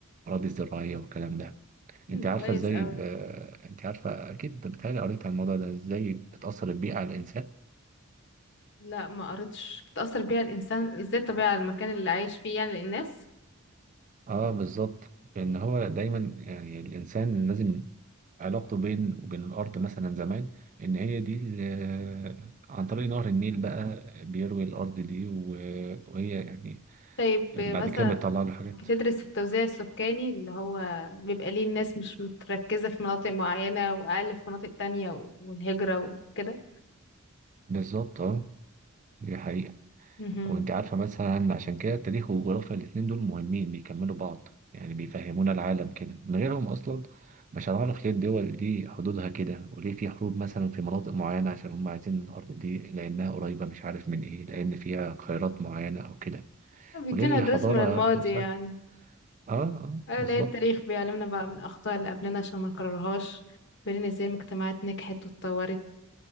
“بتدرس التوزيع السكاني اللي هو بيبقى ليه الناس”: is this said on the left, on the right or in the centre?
Left